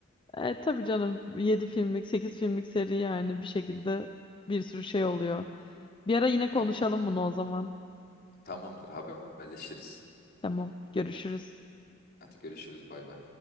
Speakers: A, on the left; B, on the left.
A: E, tabii canım 7 filmlik 8 filmlik seri yani bir şekilde bir sürü şey oluyor. Bir ara yine
B: Tamam.
A: konuşalım bunu o zaman.
B: Tamamdır haberleşiriz.
A: Tamam görüşürüz.
B: Hadi görüşürüz bay bay.